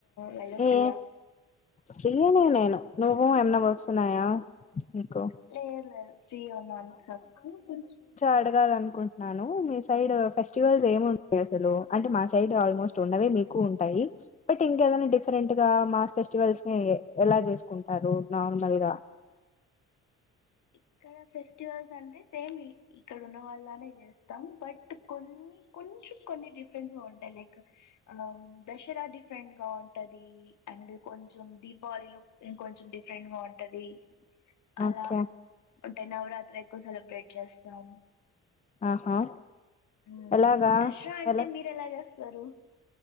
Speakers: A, on the left; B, on the left.
A: లల ఫ్రీయా
B: ఏ ఫ్రీయనే నేను నువ్వు ఎన్న బర్స్తున్నాయా నీకు
A: ఎది లేదు ఫ్రీ గున్నావర్ సర్కు కొంచ్
B: అడగాలనుకుంటున్నాను మీ సైడ్ ఫెస్టివల్స్ ఏమింటాయి అసలు అంటే మా సైడ్ ఆల్మోస్ట్ టుండవే మీకు ఉంటాయి బట్ ఇంకేదైనా డిఫరెంట్ గా మా ఫెస్టివల్స్ ని ఎలా చేసుకుంటారు నార్మల్ గా
A: ఇక్కడ ఫెస్టివల్స్ అంటే సేమ్ ఇక్కడ ఉన్న వాళ్ళనే చేస్తాం బట్ కొన్ని కొంచెం కొన్ని డిఫరెన్స్ గ ఉంటాయి లైక్ అం దసరా డిఫరెంట్ గా ఉంటది అండ్ కొంచెం దీపావళిలో ఇం కొంచెం డిఫరెంట్ గా ఉంటది అలా
B: ఓకే
A: అంటే నవరాత్రి ఎక్కువ సెలబ్రేట్ చేస్ తం
B: ఆహా
A: మ్
B: ఎలాగా
A: దసరా అంటే
B: ఎలా
A: మీ రేలా చేస్తారు